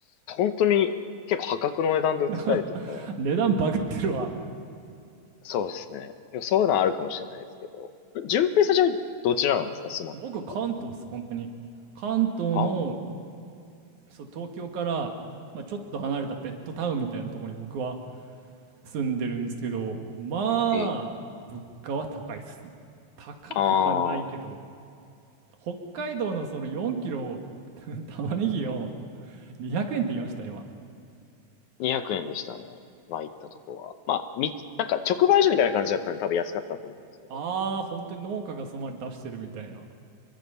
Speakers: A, on the left; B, on the right.
A: 本当に結構破格の値段で売ってたりとかは、
B: <laughs> 値段バグってるわ。
A: そうですね。でもそういうのはあるかもしれないですけど、順平さんじゃどちらなんですか住まいっていうか。
B: 僕、関東っす、本当に。関東の、
A: ああ
B: そう、東京から、まあ、ちょっと離れたベッドタウンみたいなところに僕は住んでるんですけど、まあ、
A: ー、ええ
B: 物価は高いっす。高くはないけど、
A: ああ、
B: 北海道のその4キロ
A: うんうん
B: <laughs> 玉ねぎを200円って言いました、今。
A: 200円でしたね。まあ行ったとこは。まあ、み、なんか直売所みたいな感じだったんで多分安かったと思うんですけど。
B: ああ、本当に農家がそのまで出してるみたいな。